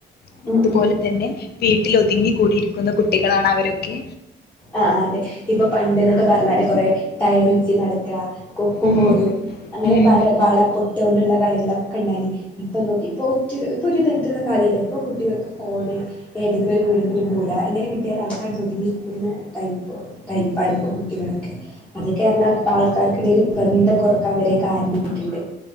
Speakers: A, on the left; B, in the centre.
A: പിന്നെ
B: ഉം
A: അതുപോലെ
B: ഉം
A: തന്നെ വീട്ടിൽ ഒതുങ്ങി കൂടിയിരിക്കുന്ന കുട്ടികളാണ് അവരൊക്കെ
B: ആഹ് ആഹ് അതെ ഇപ്പൊ പണ്ട് എന്നൊക്കെ പറഞ്ഞാല് കൊറെ ടയറുരുറ്റി നടക്കുക കൊക്കും
A: ഉം
B: കോരും അങ്ങനെ
A: ഉം
B: പല വള പൊട്ടൊണ്ടുള്ള കളികളൊക്കെ പനി ഇപ്പൊ നോക്കി ഇപ്പൊ ഒറ്റ ഇപ്പൊ ഒരു തരത്തിലുള്ള കാര്യൂല്ല ഇപ്പൊ കുട്ടികൾക്ക് ഫോണ് ഏതെങ്കിലും ഒരു വീടിന്റെ ഒരു മൂല ഇങ്ങനെ കി ട്ട്യാല് അവടെണ്ട് ഒതുങ്ങിക്കൂടുന്ന ടൈപ്പ് ടൈപ്പാണിപ്പ കുട്ടികളൊക്കെ അതൊക്കെ അറിഞ്ഞാൽ ആൾക്കാർക്കിടയിൽ ബന്ധം കൊറക്കാൻ വരെ കാരണമായിട്ടുണ്ട്